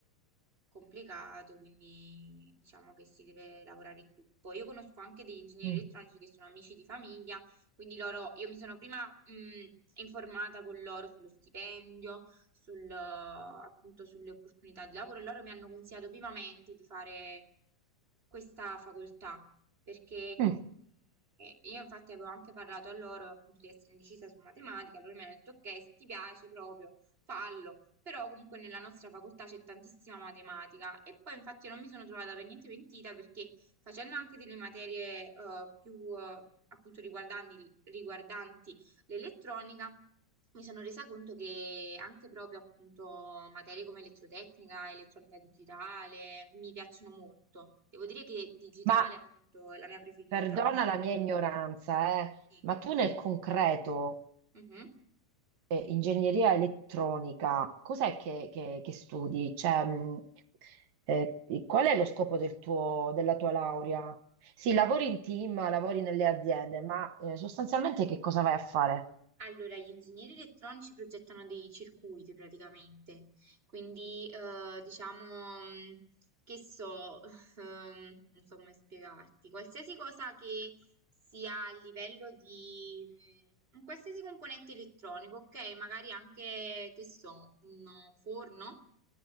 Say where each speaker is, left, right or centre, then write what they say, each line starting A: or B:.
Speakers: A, on the right; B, on the right.
A: complicato, quindi diciamo che si deve lavorare in gruppo. Io conosco anche degli ingegneri
B: Mm.
A: elettronici che sono amici di famiglia, quindi loro, io mi sono prima mh, informata con loro sullo stipendio, sul, eh, appunto sulle opportunità di lavoro e loro mi hanno consigliato vivamente di fare questa facoltà. Perché
B: Mm.
A: io infatti avevo anche parlato a loro appunto di essere indecisa su matematica, loro mi hanno detto ok, se ti piace proprio Fallo, però comunque nella nostra facoltà c'è tantissima matematica e poi infatti non mi sono trovata per niente pentita perché facendo anche delle materie eh, più eh, appunto riguardanti, riguardanti l'elettronica mi sono resa conto che anche proprio appunto materie come elettrotecnica, elettronica digitale mi piacciono molto. Devo dire che digitale
B: Ma
A: appunto è la mia preferita.
B: perdona la mia ignoranza, eh,
A: Sì.
B: ma tu nel concreto,
A: Mhm.
B: eh, ingegneria elettronica, cos'è che, che- che studi? Cioè, mh, eh, qual è lo scopo del tuo- della tua laurea? Sì, lavori in team, lavori nelle aziende, ma eh, sostanzialmente che cosa vai a fare?
A: Allora, gli ingegneri elettronici progettano dei circuiti praticamente, quindi eh, diciamo mh, che so, <laughs> ehm, non so come spiegarti, qualsiasi cosa che sia a livello di mh, un qualsiasi componente elettronico, ok? Magari anche, che so, un forno,